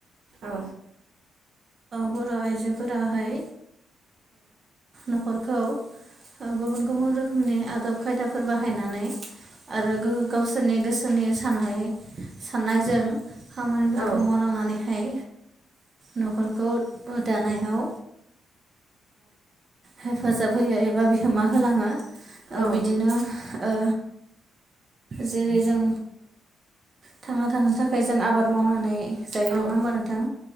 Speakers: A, on the right; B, on the right.
A: औ
B: बर' आइजोफोराहाय न'खरखौ गुबुन गुबुन रोखोमनि आदब खायदाफोर बाहायनानै आरो गावसोरनि गोसोनि साननाय साननायजों खामानिफोरखौ
A: औ
B: मावलांनानैहाय न'खर खौ दानायाव हेफाजाब होयो एबा बिहोमा होलाङो।
A: औ
B: बिदिनो ओ जेरै जों थांना थानो थाखाय जों आबाद मावनानै जायो
A: औ
B: नङा होमबा नोंथां